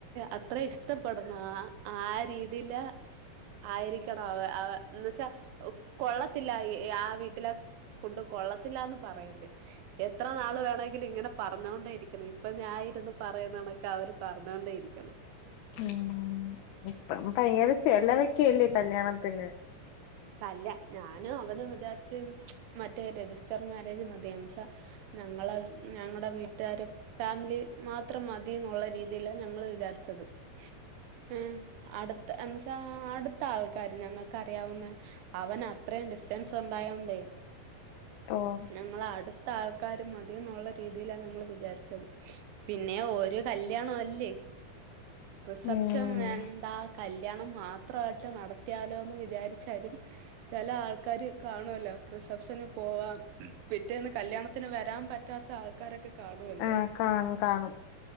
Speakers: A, on the right; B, on the left.
A: അത്രയും അത്രയും ഇഷ്ടപ്പെടുന്ന ആ ആ രീതീല് ആയിരിക്കെണം അവ് അവ എന്നുച്ചാ, കൊള്ളത്തില്ല ആ വീട്ടിലെ ഫുഡ് കൊള്ളത്തില്ലാന്ന് പറയല്ല്. എത്ര നാള് വേണമെങ്കിലും ഇങ്ങനെ പറഞ്ഞേണ്ടേരിക്കണം. ഇപ്പൊ ഞാ ഇരുന്നു പറയുന്നണക്കാ അവര് പറഞ്ഞൊണ്ടേ ഇരിക്കണം.
B: ഉം ഇപ്പഴും പയ്ങ്കര ചേലവെക് ക്കെയല്ലേ കല്യാണത്തിന്.
A: അല്ല ഞാനും അവനും വിചാരിച്ച് മറ്റേ രജിസ്റ്റർ മാരേജ് മതിയെന്ന് ച്ചാ, ഞങ്ങളെ ഞങ്ങടെ വീട്ടാരും ഫാമിലി മാത്രം മതിന്നുള്ള രീതിൽ ഞങ്ങള് വിചാരിച്ചെത്. ഉം അടുത്ത് എന്ന്ച്ചാ അടുത്ത ആൾക്കാര് ഞങ്ങൾക്കറിയാവുന്ന. അവന് അത്രയും ഡിസ്റ്റൻസ് ഉണ്ടായോണ്ടേ.
B: ഓഹ്
A: ഞങ്ങള അടുത്ത ആൾ ക്കാര് മതി ന്നുള്ള രീതിലാ ഞങ്ങൾ വിചാരിച്ചെത് പിന്നെ ഒര് കല്യാണല്ലേ. റിസപ്ഷൻ
B: ഉം
A: വേണ്ടാ കല് കല്യാണം മാത്രയിട്ട് നടത്തിയാലോ എന്ന് വിചാരിച്ച്. ചില ആൾക്കാര് കാണുല്ലോ റിസപ്ഷന് പോവാം പിറ്റേന്ന് കല്യാണത്തിന് വരാൻ പറ്റാത്ത ആൾക്കാരൊക്കെ കാണുംല്ലേ
B: ആഹ് കാണും കാണും